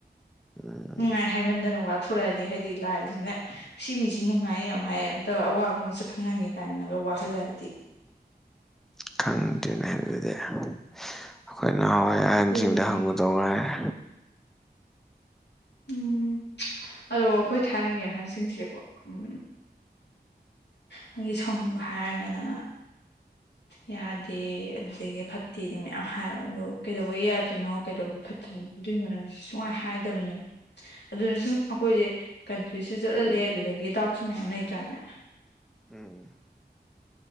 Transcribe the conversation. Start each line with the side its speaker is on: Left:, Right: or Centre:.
Centre: ꯎꯝ
Left: ꯅꯨꯡꯉꯥꯏ ꯍꯥꯏꯃꯟꯗꯅ ꯋꯥꯊꯣꯔꯛꯑꯅꯤ ꯍꯥꯏꯗꯤ ꯂꯥꯏꯁꯤꯅꯦ ꯁꯤ ꯃꯤꯁꯤ ꯅꯨꯡꯉꯥꯏꯌꯦ ꯌꯥꯝ ꯍꯥꯏ ꯑꯝꯇ ꯑꯋꯥꯕ ꯃꯁꯛ ꯈꯪꯍꯟꯒꯦ ꯀꯥꯏꯅꯒ ꯋꯥꯍꯜꯂꯛꯑꯗꯤ
Centre: ꯈꯪꯗꯦꯅꯦ ꯑꯗꯨꯗꯤ ꯑꯩꯈꯣꯏ ꯅꯍꯥꯟꯋꯥꯏ ꯑꯍꯟꯁꯤꯡꯗ
Left: ꯈꯜꯂꯨꯅꯤ
Centre: ꯍꯪꯉꯨꯗꯧ ꯉꯥꯢꯔꯦ
Left: ꯎꯝ ꯑꯗꯣ ꯑꯩꯈꯣꯏ ꯊꯥꯏꯅꯒꯤ ꯑꯍꯟꯁꯤꯡꯁꯦꯀꯣ ꯎꯝ ꯑꯩꯈꯣꯏꯒꯤ ꯁꯥꯎꯅꯤꯡꯕ ꯍꯥꯏꯔꯒꯅ ꯌꯥꯗꯦ ꯑꯗꯨꯗꯒꯤ ꯐꯠꯇꯦꯗꯤ ꯃꯌꯥꯝ ꯍꯥꯏꯕ ꯑꯗꯣ ꯀꯩꯗꯧꯕꯩ ꯌꯥꯗ꯭ꯔꯤꯅꯣ ꯀꯩꯗꯧꯕ ꯐꯠꯇ꯭ꯔꯤꯅꯣ ꯑꯗꯨꯏ ꯃꯔꯝ ꯁꯨꯡꯍꯥꯏ ꯍꯥꯏꯗꯝꯅꯦꯕ ꯑꯗꯨꯅ ꯁꯨꯝ ꯑꯩꯈꯣꯏꯁꯦ ꯀꯟꯐ꯭ꯌꯨꯁꯁꯨ ꯆꯠꯍꯜꯂꯦ ꯑꯗꯨꯗꯒꯤ ꯗꯥꯎꯠꯁꯨ ꯃꯌꯥꯝ ꯂꯩꯇ꯭ꯔꯥꯅꯦ
Centre: ꯎꯝ